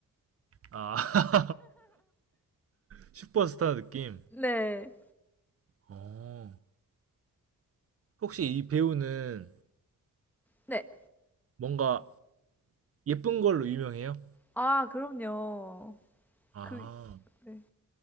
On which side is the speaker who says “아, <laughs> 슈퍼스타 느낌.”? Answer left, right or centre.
Right